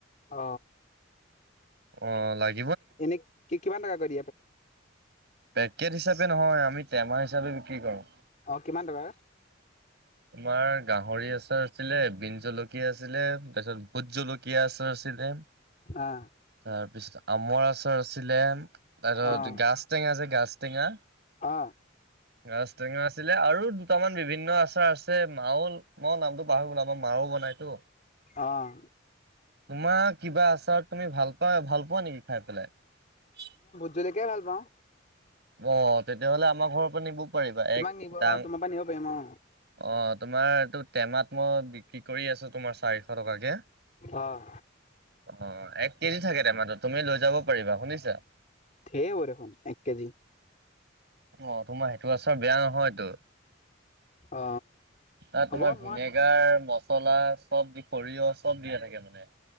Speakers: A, on the left; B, on the right.
A: অ
B: অ লাইক
A: এনে কি কিমান টকা কৰি
B: পেকেট হিচাপে নহয় আমি টেমা হিচাপে বিক্ৰী কৰো
A: অ কিমান টকা
B: তোমাৰ গাহৰি আচাৰ আছিলে বিন জলকীয়া ীয়া আছিলে তাৰপিছত ভোট জলকীয়া আছিলে
A: অ
B: তাৰপিছত আমৰ আচাৰ আছিলে তাৰপিছত
A: অ
B: গাজ টেঙা যে গাজ টেঙা
A: অ',
B: গাছ টেঙা আছিলে আৰু দুটামান বিভিন্ন আচাৰ আছে মাউল মা নামটো পাহৰি গ'ল আমাৰ মাউল ক'বনাইতো
A: আহ
B: তোমাৰ কিবা আচাৰ তুমি ভাল পা ভাল পোৱা নেকি খাই পেলাই
A: জুলকাই ভাল পাওঁ
B: অ তেতিয়াহ'লে আমাৰ ঘৰৰ পৰা নিব কৰিবা এক
A: তোমাক নিব
B: ডাং
A: অ', তোমাৰ পৰা নিব পাৰিম অ',
B: অ তোমাৰ এইটোত টেমাত মই বিক্ৰী কৰি আছো তোমাৰ চাৰিশ টকাকে
A: অ',
B: অ এক কেজি থাকে টমাতত তুমি লৈ যাব পাৰিবা শুনিছা
A: ধেৰ হ'ব দেখোন এক কেজি
B: অ তোমাৰ সেইটো আচৰ বেয়া নহয়তো
A: অ
B: তাত
A: হ'ব
B: তোমাৰ ভিনেগাৰ
A: মই
B: মছলা চব দি সৰিয়হ চব দিয়ে থাকে মানে